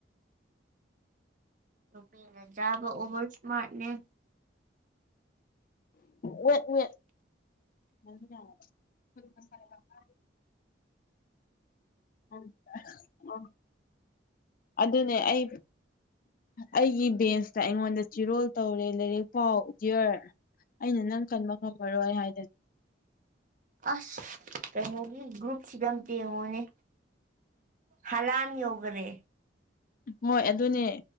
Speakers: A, on the right; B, on the left.
A: ꯅꯨꯄꯤꯅ ꯆꯥꯕ ꯑꯣꯚꯔ ꯏꯁꯃꯥꯔꯠꯅꯦ
B: ꯋꯦꯠ ꯋꯦꯠ ꯃ <unintelligible> ꯎꯝ ꯑꯥ ꯑꯗꯨꯅꯦ ꯑꯩ ꯑꯩꯒꯤ ꯕꯦꯟꯁꯇ ꯑꯩꯉꯣꯟꯗ ꯆꯤꯔꯣꯜ ꯇꯧꯔꯦ ꯂꯥꯏꯔꯤꯛ ꯄꯥꯎ ꯗꯤꯌꯔ ꯑꯩꯅ ꯅꯪ ꯀꯟꯕ ꯉꯝꯃꯔꯣꯏ ꯍꯥꯏꯗꯅ
A: ꯑꯁ ꯀꯩꯅꯩꯒꯤ ꯒ꯭ꯔꯨꯞꯁꯤꯗ ꯑꯝꯇ ꯌꯦꯡꯉꯣꯅꯦ ꯍꯂꯥꯟ ꯌꯣꯒꯔꯦ
B: ꯍꯣꯏ ꯑꯗꯨꯅꯦ